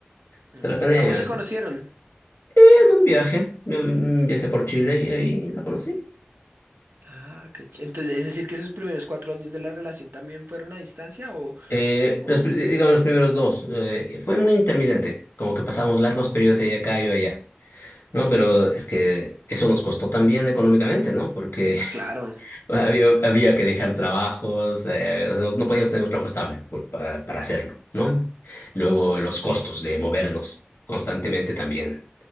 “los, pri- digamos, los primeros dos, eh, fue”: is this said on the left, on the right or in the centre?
Left